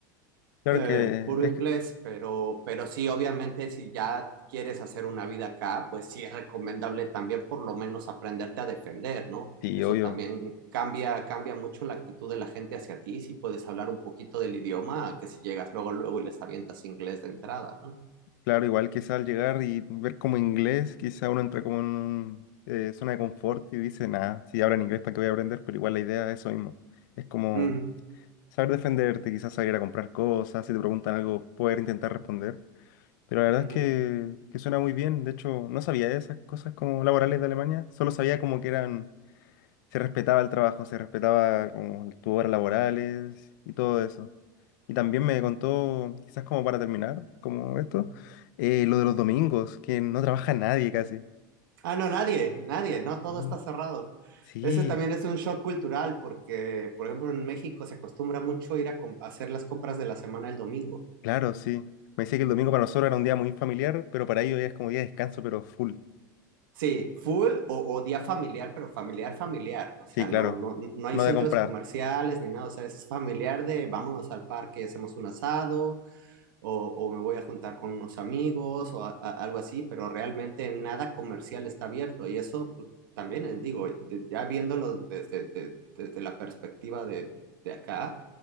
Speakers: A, on the left; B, on the right.
A: claro
B: eh,
A: que
B: puro
A: es,
B: inglés,
A: que-
B: pero, pero sí, obviamente, si ya quieres hacer una vida acá, pues sí es recomendable también por lo menos aprenderte a defender, ¿no?
A: sí,
B: Eso
A: obvio.
B: también cambia, cambia mucho la actitud de la gente hacia ti, si puedes hablar un poquito del idioma, a que si llegas luego, luego y les avientas inglés de entrada, ¿no?
A: Claro, igual quizá al llegar y ver como inglés, quizá uno entra como en un, eh, zona de confort y dice, nada, si hablan inglés, ¿para qué voy a aprender? Pero igual la idea es eso mismo. Es como
B: Mm,
A: saber defenderte, quizás salir a comprar cosas, si te preguntan algo, poder intentar responder. Pero la verdad
B: ujú,
A: es que, que suena muy bien. De hecho, no sabía de esas cosas como laborales de Alemania. Solo sabía como que eran, se respetaba el trabajo, se respetaba como tus horas laborales y todo eso. Y también me contó, quizás como para terminar, como esto,
B: ujú.
A: eh, lo de los domingos, que no trabaja nadie casi.
B: Ah, no, nadie, nadie, no, todo
A: Sí,
B: está cerrado.
A: sí,
B: Ese también es un shock cultural porque, por ejemplo, en México se acostumbra mucho ir a, com- a hacer las compras de la semana el domingo.
A: claro, sí. Me decía que el domingo para nosotros era un día muy familiar, pero para ellos ya es como día de descanso, pero full.
B: Sí, full o, o día familiar, pero familiar, familiar. O sea,
A: Sí,
B: no,
A: claro.
B: no, no hay
A: No
B: centros
A: de comprar.
B: comerciales ni nada. O sea, es familiar de vámonos al parque y hacemos un asado o, o me voy a juntar con unos amigos o a- a- algo así, pero realmente nada comercial está abierto. Y eso pues, también, eh, digo, de- ya viéndolo desde, de- desde la perspectiva de, de acá,